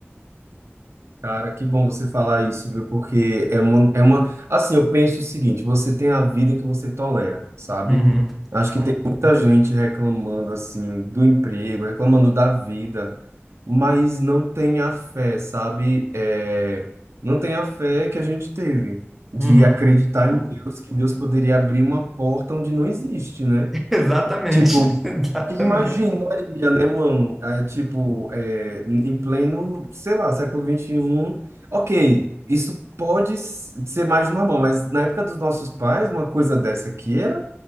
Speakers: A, on the right; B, in the centre.
A: Cara, que bom você falar isso, viu? Porque é uma, é uma. Assim, eu penso o seguinte: você tem a vida que você tolera, sabe?
B: Uhum,
A: Acho que tem muita gente reclamando, assim, do emprego, reclamando da vida, mas não tem a fé, sabe? É, não tem a fé que a gente teve de
B: uhum.
A: acreditar em Deus, que Deus poderia abrir uma porta onde não existe, né?
B: <laughs> Exatamente,
A: Tipo,
B: <laughs> exatamente.
A: que Imaginaria, né, mano? É, tipo, é, em pleno, sei lá, século vinte e um Ok, isso pode s- ser mais normal, mas na época dos nossos pais, uma coisa dessa aqui era